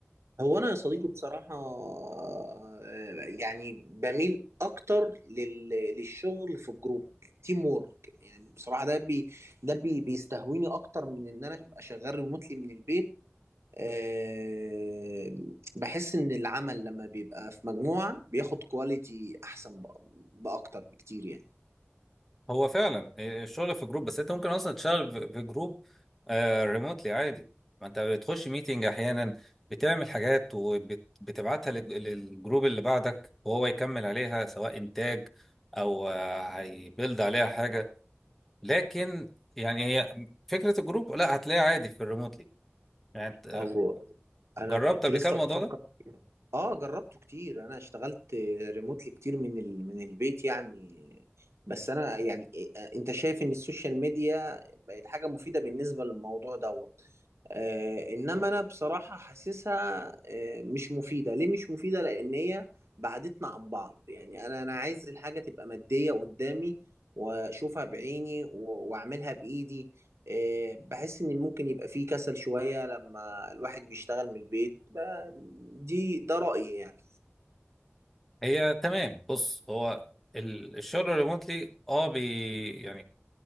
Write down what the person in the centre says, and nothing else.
هو فعلا آه، الشغل في جروب بس انت ممكن اصلا تشتغل في في جروب ريموتلي عادي ما انت بتخش ميتنج احيانا بتعمل حاجات وبتبعتها للجروب اللي بعدك وهو يكمل عليها سواء انتاج او آه، هيبيلد عليها حاجه لكن يعني هي فكره الجروب لا هتلاقيها عادي في الريموتلي يعني انت آه،
جربت
قبل
كده الموضوع
ده
هي تمام بص هو ال- الشغل الريموتلي اه بي يعني